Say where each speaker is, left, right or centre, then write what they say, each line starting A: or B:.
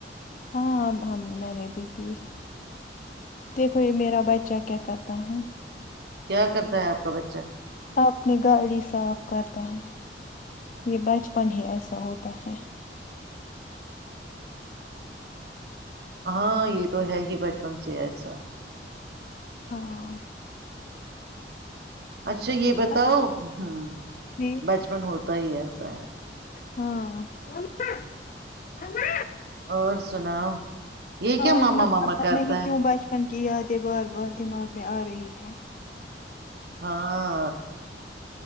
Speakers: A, on the left (about 45°); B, on the right (about 60°).
A: ہاں ہم میں نے بھی پی دیکھو یہ میرا بچہ کیا کرتا ہے
B: کیا کرتا ہے آپ کا بچہ
A: اپنی گاڑی صاف کرتا ہے یہ بچپن ہی ایسا ہوتا ہے
B: ہاں یہ تو ہے ہی بچپن سے ایسا
A: ہاں
B: اچھا
A: دیکھا
B: یہ بتاؤ ہ
A: جی
B: بچپن ہوتا ہی ایسا ہے
A: ہاں <inaudible>
B: اور سناؤ یہ
A: پتا
B: کیا ماما ماما کرتا
A: نہیں کیوں
B: ہے
A: بچپن کی یادیں بار بار دماغ میں آ رہی ہیں
B: ہاں